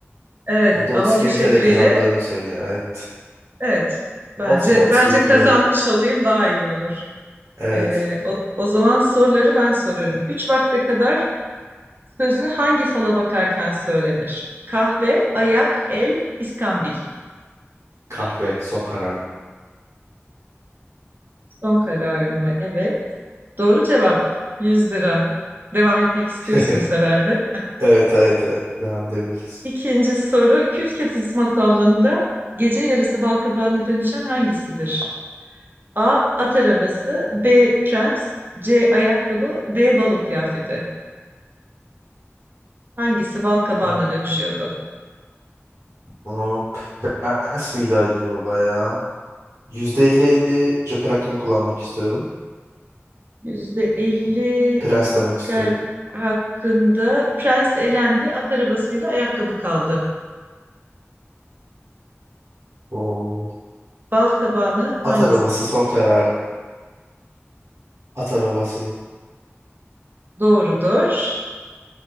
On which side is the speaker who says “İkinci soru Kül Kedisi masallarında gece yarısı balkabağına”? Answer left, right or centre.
Right